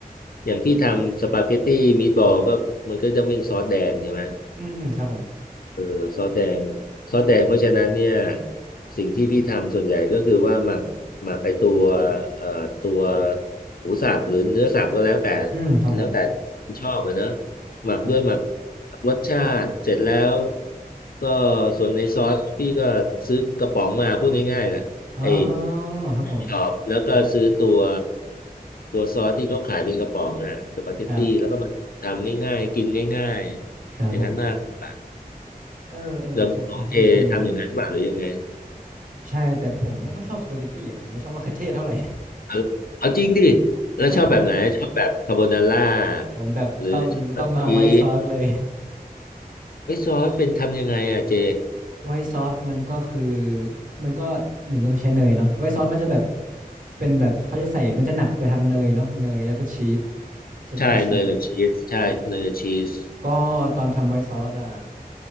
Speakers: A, on the left (about 70°); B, on the right (about 60°).
A: อย่างที่ทำสปาเกตตี้มี b บอลก็มันก็จะเป็นซอสแดงใช่ไหม
B: อืมอืมครับผม
A: เออซอสแดงซอสแดงเพราะฉะนั้นเนี่ยสิ่งที่พี่ทำส่วนใหญ่ก็คือว่าหมักหมักไอตัวเอ่อตัวหมูสับหรือเนื้อสับก็แล้วแต่
B: อืมครับผม
A: แล้วแต่ชอบอะเนอะหมักด้วยหมัก
B: ครับ
A: รสชาติเสร็จแล้วก็ส่วนในซอสพี่ก็ซื้อกระป๋องมาพูดง่ายๆนะไอ
B: อ๋อครับผม
A: ชอบแล้วก็ซื้อตัวตัวซอสที่เขาขายเป็นกระป๋องน่ะสปาเกตตี้แล้วก็มาทำง่ายๆกินง่ายๆอย่างนั้นมากกว่า
B: ครับครับผมเออเออโอเคโอเคนะ
A: เรื่องของเจทำอย่างนั้นหรือเปล่าหรือยังไง
B: ใช่แต่ผมไม่ค่อยชอบสปาเกตตี้อ่ะผมไม่ชอบมะเขือเทศเท่าไหร่
A: เอาเอาจริงดิ
B: <laughs>
A: แล้วชอบแบบไหนชอบแบบคาโบนาร่า
B: มันผมแบบต้องต้องมาไวท์ซอสเลย
A: หรือชอบแบบชีสไม่ซอสเป็นทำยังไงอ่ะเจ
B: ไวท์ซอสมันก็คือมันก็หนึ่งก็คือใช้เนยเนาะไวท์ซอสมันจะแบบเป็นแบบเขาจะใส่มันจะหนักไปทางเนยเนาะเนยแล้วก็ชีสเชดดาร์ชีส
A: ใช่เนยกับชีสใช่เนยกับชีส
B: ก็ตอนทำไวท์ซอสอ่ะ